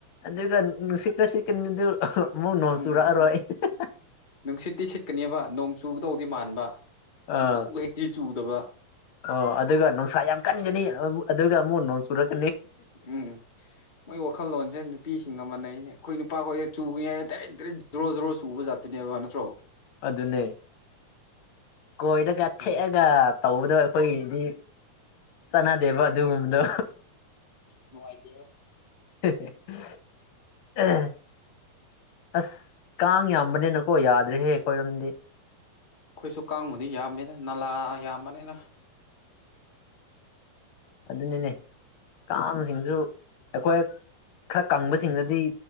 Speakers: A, on the left; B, on the left.
A: ꯑꯗꯨꯒ ꯅꯨꯡꯁꯤꯠꯀ ꯁꯤꯠꯀꯅꯤꯗꯨ ꯑꯃꯨꯛ ꯅꯣꯡ
B: ꯎꯝ
A: ꯆꯨꯔꯛꯑꯔꯣꯏ <unintelligible>
B: ꯅꯨꯡꯁꯤꯠꯇꯤ ꯁꯤꯠꯀꯅꯦꯕ ꯅꯣꯡ ꯆꯨꯕꯗꯧꯗꯤ ꯃꯥꯟꯕ ꯁꯨꯡꯆꯨ
A: ꯑꯥ
B: ꯍꯦꯛꯇꯤ ꯆꯨꯗꯕ
A: ꯑꯣ ꯑꯗꯨꯒ ꯅꯨꯡꯁꯥ ꯌꯥꯝ ꯀꯟꯒꯅꯤ ꯑꯗꯨꯒ ꯑꯃꯨꯛ ꯅꯣꯡ ꯆꯨꯔꯛ
B: ꯎꯝ ꯃꯣꯏ ꯋꯥꯈꯜꯂꯣꯟꯖꯦ ꯅꯨꯞ ꯅꯨꯄꯤꯁꯤꯡꯒ ꯃꯅꯩꯅꯦ ꯑꯩꯈꯣꯏ ꯅꯨꯄꯥꯈꯣꯏꯗ ꯆꯨꯅꯤꯉꯥꯏ ꯗꯥꯏꯔꯦꯛ ꯗꯥꯏꯔꯦꯛ ꯖ꯭ꯔꯣ ꯖꯣꯔꯣ ꯆꯨꯕꯖꯥꯠꯇꯨꯅꯦꯕ ꯅꯠꯇ꯭ꯔꯣ
A: ꯑꯗꯨꯅꯦ ꯀꯣꯏꯔꯒ
B: ꯎꯝ
A: ꯊꯦꯛꯑꯒ ꯇꯧꯕ ꯗꯣ ꯑꯩꯈꯣꯏꯒꯤꯗꯤ ꯆꯠꯅꯗꯦꯕ ꯑꯗꯨꯒꯨꯝꯕꯗꯣ
B: ꯅꯨꯡꯉꯥꯏꯇꯦꯍꯦ
A: <unintelligible> ꯑꯁ ꯀꯥꯡ ꯌꯥꯝꯕꯅꯤꯅꯀꯣ ꯌꯥꯗ꯭ꯔꯦꯍꯦ ꯑꯩꯈꯣꯏꯔꯣꯝꯗꯤ
B: ꯑꯈꯣꯏꯁꯨ ꯀꯥꯡꯕꯨꯗꯤ ꯌꯥꯝꯃꯦꯗ ꯅꯂꯥ ꯌꯥꯝꯕꯅꯤꯅ
A: ꯑꯗꯨꯅꯦꯅꯦ ꯀꯥꯡꯁꯤꯡꯁꯨ ꯑꯩꯈꯣꯏ ꯈ꯭ꯔ ꯀꯪꯕꯁꯤꯡꯗꯗꯤ